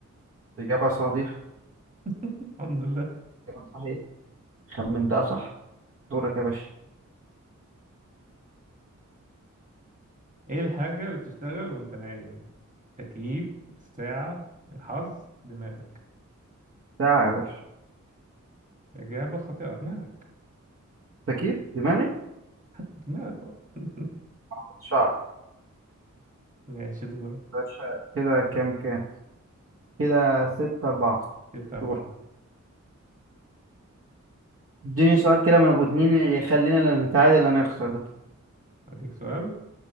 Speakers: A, on the right; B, on the right.
A: إجابة صحيح
B: <laughs> الحمد لله
A: إجابة صحيح خمنتها صح دورك يا باشا
B: ايه الحاجة اللي بتشتغل وانت نايم تكييف الساعة الحظ دماغك
A: ساعة يا باشا
B: إجابة خاطئة دماغك
A: تكييف دماغي
B: دماغك اه <laughs>
A: آه، شعر
B: ماشي دورك
A: باشا كده كام كام كده ستة أربعة
B: ستة أربعة
A: دور اديني سؤال كده من أبو اتنين اللي يخلينا لا نتعادل لا نخسر ده
B: أديك سؤال